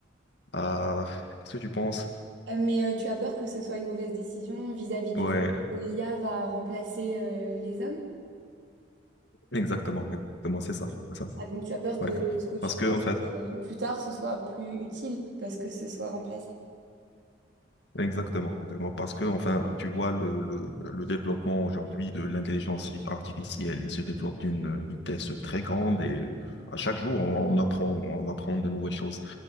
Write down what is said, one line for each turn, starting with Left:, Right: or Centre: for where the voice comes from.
Left: Euh, qu'est-ce que tu penses?
Right: Euh, Mais euh, tu as peur que ce soit une mauvaise décision vis-à-vis du
Left: Ouais,
Right: fait que l'IA va remplacer euh, les hommes?
Left: <laughs> exactement. Exactement, c'est ça. C'est ça.
Right: Ah, donc tu as peur que
Left: Ouais.
Right: ce que tu
Left: Parce
Right: fasses
Left: que, en fait,
Right: euh, plus tard, ce soit plus utile parce que ce soit remplacé.
Left: Exactement, exactement. Parce que, enfin, tu vois, le, le, le développement aujourd'hui de l'intelligence artificielle, il se développe d'une vitesse très grande et euh, à chaque jour, on, on apprend, on apprend de nouvelles choses.